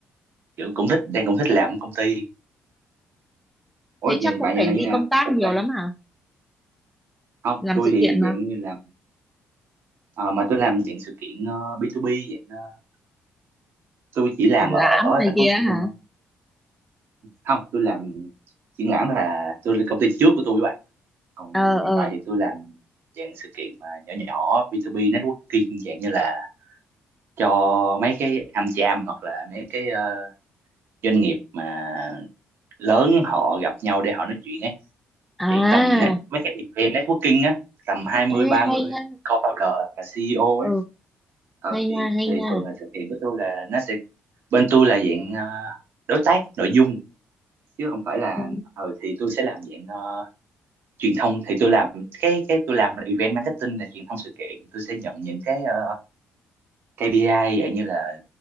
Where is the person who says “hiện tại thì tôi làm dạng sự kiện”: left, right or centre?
Right